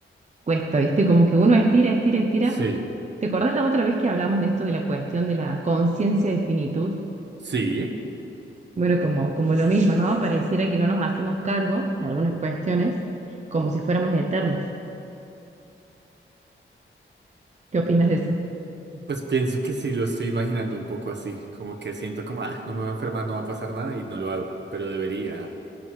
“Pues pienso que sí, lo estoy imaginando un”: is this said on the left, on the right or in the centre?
Right